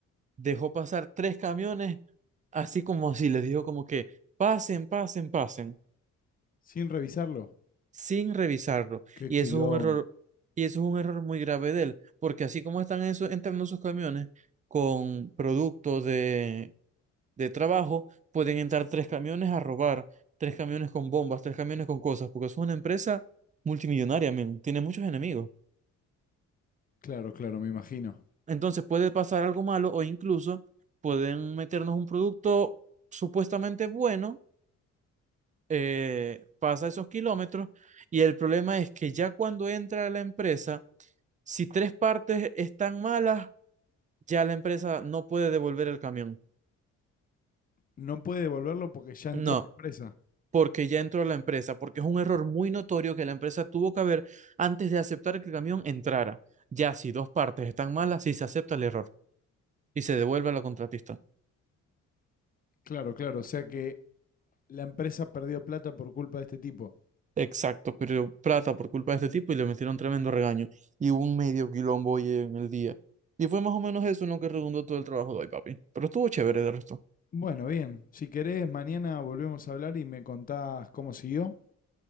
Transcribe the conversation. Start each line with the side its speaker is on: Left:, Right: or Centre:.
Right: dejó pasar tres camiones, así como si les dijo como que pasen, pasen, pasen,
Left: Sin revisarlo.
Right: sin revisarlo.
Left: Qué
Right: Y
Left: quilombo.
Right: eso es un error, y eso es un error muy grave de él, porque así como están eso, entrando sus camiones con productos de de trabajo, pueden entrar tres camiones a robar, tres camiones con bombas, tres camiones con cosas, porque es una empresa multimillonaria, men, tiene muchos enemigos.
Left: Claro, claro, me imagino.
Right: Entonces puede pasar algo malo o incluso pueden meternos un producto supuestamente bueno, eh, pasa esos kilómetros y el problema es que ya cuando entra a la empresa, si tres partes están malas, ya la empresa no puede devolver el camión.
Left: No puede devolverlo porque ya entró
Right: No,
Left: la empresa.
Right: porque ya entró a la empresa, porque es un error muy notorio que la empresa tuvo que haber antes de aceptar que el camión entrara. Ya si dos partes están malas, sí se acepta el error y se devuelve a la contratista.
Left: Claro, claro, o sea que la empresa perdió plata por culpa de este tipo.
Right: Exacto, pero Plata por culpa de este tipo y le metieron tremendo regaño y hubo un medio quilombo hoy en el día. Y fue más o menos eso en lo que redundó todo el trabajo de hoy, papi. Pero estuvo chévere de resto.
Left: Bueno, bien. Si querés, mañana volvemos a hablar y me contás cómo siguió.